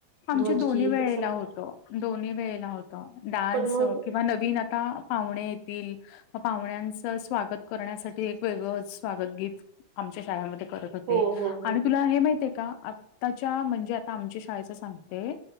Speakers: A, on the left; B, on the right.
A: आमच्या
B: ध्वजगीत
A: दोन्ही वेळेला
B: असं
A: होतं, दोन्ही वेळेला होतं, डान्स
B: पण मग
A: कि नवीन आता पाहुणे येतील. म पाहुण्यांचं स्वागत करण्यासाठी एक वेगळं स्वागतगीत, आमच्या शाळेमध्ये करत होते,
B: हो हो हो
A: आणि तुला हे माहितंय का, आताच्या म्हणजे आता आमच्या शाळेचं सांगते